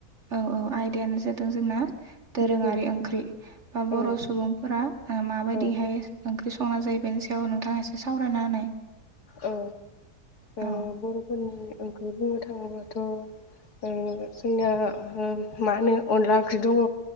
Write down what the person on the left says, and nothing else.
उम
औ
औ
ओ
ओ बर'फोरनि ओंख्रि बुंनो थाङोब्लाथ' ओ जोंना मा होनो अनला ओंख्रि दङ